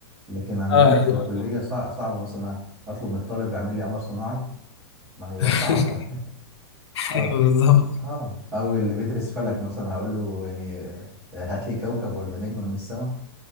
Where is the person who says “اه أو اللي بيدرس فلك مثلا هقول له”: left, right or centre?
Right